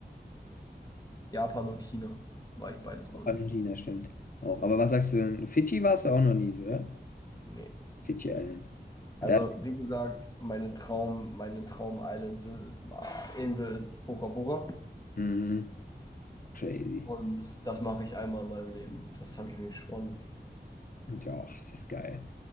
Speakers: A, on the left (about 20°); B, on the left (about 50°).
A: Japan und China war ich beides noch
B: Auch
A: nicht.
B: China, stimmt. Auch. Aber was sagst du denn? Fidschi warst du auch noch nie, oder?
A: Nee.
B: Fidschi Islands. Da,
A: Also, wie gesagt, meine Traum, meine Traum-Island ist, Insel ist Bora Bora
B: mhm, crazy.
A: und das mache ich einmal in meinem Leben. Das habe ich mir geschworen.
B: Und Ja, och, ist das geil.